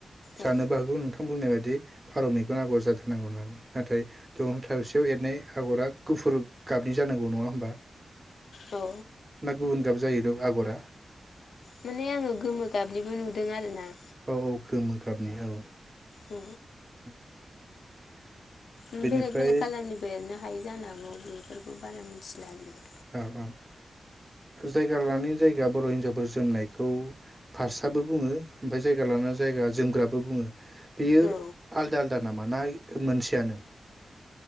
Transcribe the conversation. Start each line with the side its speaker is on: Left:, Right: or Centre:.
Right: जानोबो
Left: औ
Right: हागौ नोंथां बुंनाय बायदि दि फारौ मैगन आग'र जाथारनांगौ होननानै नाथाय दुहां थावसेयाव एरनाय आग'रा गुफुर गाबनि जानांगौ। औ नङा होमबा?
Left: औ
Right: ना गुबुन गाब जायो? <unintelligible> आग'रा
Left: माने आङो गोमो गाबनिबो नुदों आरो ना।
Right: औ औ गोमो गाबनि औ।
Left: औ
Right: <unintelligible>
Left: उम
Right: बेनिफ्राय
Left: बेलेग बेलेग कालारनिबो एलोना हाय जानोहागौ बेफोरखौ बारा मिथिला आरो ना।
Right: औ औ जायगा लानाय जायगा बर हिनजावफोर जोमनायखौ फास्राबो बुङो ओमफाय जायगा लानानै जायगा जोमग्राबो बुङो। बेयो
Left: औ
Right: आलदा आलदा नामा नाय मोनसेयानो?